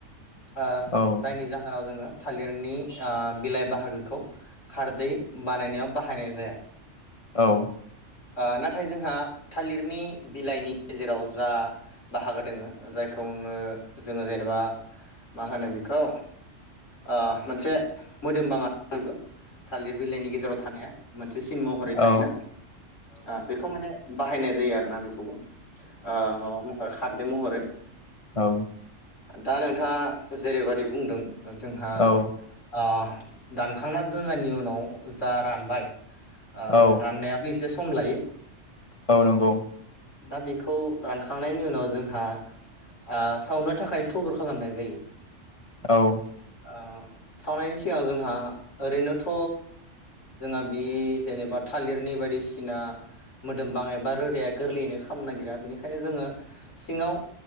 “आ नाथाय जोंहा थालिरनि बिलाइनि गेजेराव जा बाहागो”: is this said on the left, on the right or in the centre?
Left